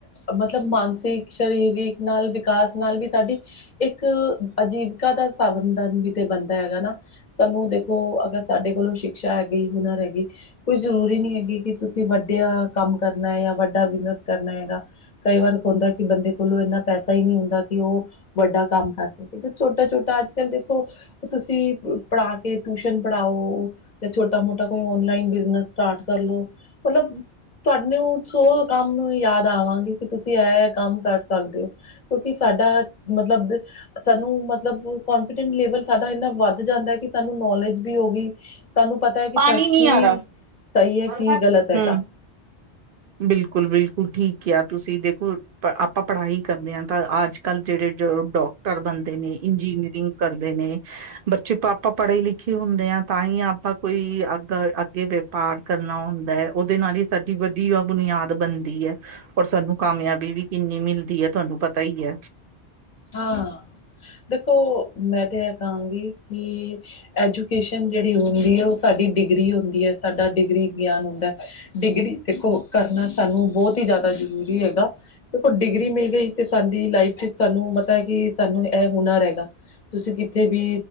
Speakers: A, on the left; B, on the right.
A: ਮਤਲਬ ਮਾਨਸਿਕ ਸਰੀਰਕ ਨਾਲ ਵਿਕਾਸ ਨਾਲ ਵੀ ਸਾਡੀ ਇੱਕ ਅਜੀਵਿਕਾ ਦਾ ਸਾਵਧਾਨ ਵੀ ਤੇ ਬਣਦਾ ਹੈਗਾ ਨਾ ਸਾਨੂੰ ਦੇਖੋ ਅਗਰ ਸਾਡੇ ਕੋਲੋਂ ਸ਼ਿਕਸ਼ਾ ਹੈਗੀ ਹੁਨਰ ਹੈਗੀ। ਕੋਈ ਜ਼ਰੂਰੀ ਨਹੀਂ ਹੈਗੀ, ਕਿ ਤੁਸੀਂ ਵੱਡੇ ਕੰਮ ਕਰਨਾ ਹੈ ਜਾਂ ਵੱਡਾ ਬਿਜਨਸ ਕਰਨਾ ਹੈਗਾ। ਕਈ ਵਾਰ ਕੁੰਦਾ ਕਿ ਬੰਦੇ ਕੋਲੋਂ ਇੰਨਾ ਪੈਸਾ ਹੀ ਨਹੀਂ ਹੁੰਦਾ, ਕਿ ਉਹ ਵੱਡਾ ਕੰਮ ਕਰ ਸਕੇ, ਤੇ ਛੋਟਾ ਛੋਟਾ ਅੱਜ ਕੱਲ ਦੇਖੋ, ਤੁਸੀਂ ਪੜ੍ਹਾ ਕੇ ਟਿਊਸ਼ਨ ਪੜ੍ਹਾਓ ਜਾਂ ਛੋਟਾ ਮੋਟਾ ਕੋਈ ਔਨਲਾਈਨ ਬਿਜਨਸ ਸਟਾਰਟ ਕਰ ਲੋ ਮਤਲਬ ਤੁਹਾਨੇ ਸੋ ਕੰਮ ਯਾਦ ਆਵਾਂਗੇ, ਕਿ ਤੁਸੀਂ ਆ ਕੰਮ ਕਰ ਸਕਦੇ ਹੋ। ਕਿਉਂਕਿ ਸਾਡਾ ਮਤਲਬ ਸਾਨੂੰ ਮਤਲਬ ਕੋਂਫੀਡੈਂਟ ਲੇਵਲ ਸਾਡਾ ਇੰਨਾ ਵੱਧ ਜਾਂਦਾ ਹੈ, ਕਿ ਸਾਨੂੰ ਨੌਲੇਜ ਵੀ ਹੋ ਗਈ ਸਾਨੂੰ ਪਤਾ ਹੈ, ਕਿ
B: ਪਾਣੀ
A: ਕੀ
B: ਨਹੀਂ ਆ
A: ਸਹੀ
B: ਰਿਹਾ
A: ਹੈ ਕੀ ਗਲਤ ਹੈਗਾ।
B: ਹਮ ਬਿਲਕੁਲ-ਬਿਲਕੁਲ ਠੀਕ ਆ ਤੁਸੀਂ ਦੇਖੋ। ਆਪਾਂ ਪੜ੍ਹਾਈ ਕਰਦੇ ਹਾਂ, ਤਾਂ ਅੱਜ-ਕੱਲ੍ਹ ਜਿਹੜੇ ਜੋ ਡਾਕਟਰ ਬਣਦੇ ਨੇ ਇੰਜੀਨੀਅਰਿੰਗ। ਕਰਦੇ ਨੇ, ਬੱਚੇ ਪਾਪਾ ਪੜ੍ਹੇ ਲਿਖੇ ਹੁੰਦੇ ਆ, ਤਾਂ ਹੀ ਆਪਾਂ ਕੋਈ ਅੱ ਅੱਗੇ ਪਾਠ ਕਰਨਾ ਹੁੰਦਾ ਹੈ, ਉਹਦੇ ਨਾਲ ਹੀ ਸਾਡੀ ਵੀ ਵ ਬੁਨਿਆਦ ਬਣਦੀ ਹੈ, ਔਰ ਸਾਨੂੰ ਕਾਮਯਾਬੀ ਵੀ ਕਿੰਨੀ ਮਿਲਦੀ ਹੈ ਤੁਹਾਨੂੰ ਪਤਾ ਹੀ ਹੈ।
A: ਹਾਂ ਦੇਖੋ ਮੈਂ ਤੇ ਇਹ ਕਹਾਂਗੀ, ਕਿ ਐਜੂਕੇ ਜਿਹੜੀ ਹੁੰਦੀ ਹੈ, ਉਹ ਸਾਡੀ ਡਿਗਰੀ ਹੁੰਦੀ ਹੈ, ਸਾਡਾ ਡਿਗਰੀ ਗਿਆਨ ਹੁੰਦਾ। ਡਿਗਰੀ ਦੇਖੋ, ਕਰਨਾ ਸਾਨੂੰ ਬਹੁਤ ਹੀ ਜ਼ਿਆਦਾ ਜ਼ਰੂਰੀ ਹੈਗਾ, ਦੇਖੋ ਡਿਗਰੀ ਮਿਲ ਗਈ। ਤੇ ਸਾਡੀ ਲਾਈਫ ਚ ਸਾਨੂੰ ਪਤਾ ਹੈ, ਕਿ ਸਾਨੂੰ ਇਹ ਹੁਨਰ ਹੈਗਾ। ਤੁਸੀਂ ਕਿੱਥੇ ਵੀ